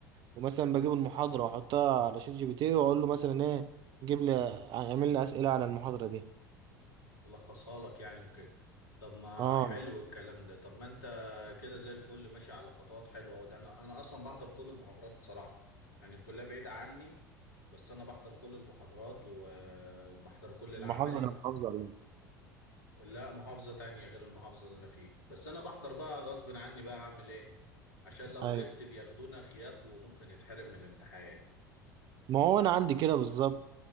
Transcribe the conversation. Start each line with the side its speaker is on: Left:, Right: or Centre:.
Right: ومثلا بجيب المحاضرة وأحطها على شات جي بي تي وأقول له مثلا إيه جيب لي اعمل لي أسئلة على المحاضرة دي
Left: يلخصها لك يعني وكده طب ما
Right: أه
Left: حلو الكلام ده طب ما انت كده زي الفل ماشي على خطوات حلوه أوي. ده انا انا اصلا بحضر كل المحاضرات الصراحه يعني الكليه بعيده عني بس انا بحضر كل المحاضرات و- وبحضر كل العملي
Right: محافظة أنا محافظة عليها
Left: لا محافظه تانية غير المحافظه اللي انا فيها بس انا بحضر بقى غصب عني بقى هعمل ايه عشان لو
Right: أيوة
Left: غبت بياخدونا غياب وممكن نتحرم من الامتحان
Right: ما هو انا عندي كده بالظبط